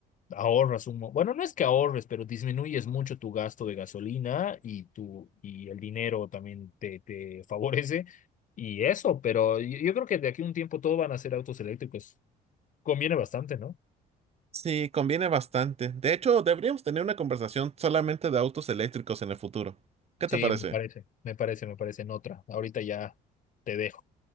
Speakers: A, on the left; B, on the right.
A: ahorras un... mo- Bueno, no es que ahorres, pero disminuyes mucho tu gasto de gasolina y, tu, y el dinero también te, te favorece y eso, pero yo, yo creo que de aquí a un tiempo todo van a ser autos eléctricos. Conviene bastante, ¿no?
B: Sí, conviene bastante. De hecho, deberíamos tener una conversación solamente de autos eléctricos en el futuro. ¿Qué
A: Sí,
B: te parece?
A: me parece, me parece, me parece en otra. Ahorita ya te dejo.